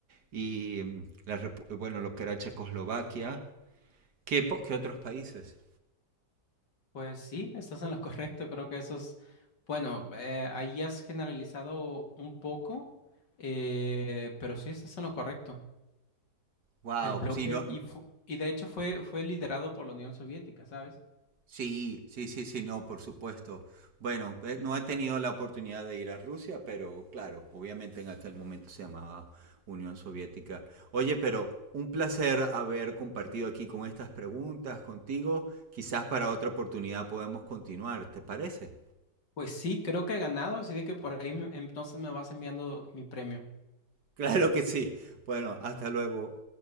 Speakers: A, on the right (about 70°); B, on the left (about 85°).
A: Y mm, la repu- bueno, lo que era Checoslovaquia. ¿Qué, po- qué otros países?
B: Pues sí, estás en lo correcto. Creo que eso es, bueno, eh, ahí has generalizado un poco, eh, pero sí estás en lo correcto.
A: Wow.
B: El bloque,
A: Sí, no, no-
B: y, fu- y de hecho fue, fue liderado por la Unión Soviética, ¿sabes?
A: Sí, sí, sí, sí, no, por supuesto. Bueno, eh, no he tenido la oportunidad de ir a Rusia, pero claro, obviamente en aquel momento se llamaba Unión Soviética. Oye, pero un placer haber compartido aquí con estas preguntas contigo. Quizás para otra oportunidad podemos continuar, ¿te parece?
B: Pues sí, creo que he ganado, así de que por ahí me- entonces me vas enviando mi premio.
A: Claro que sí. Bueno, hasta luego.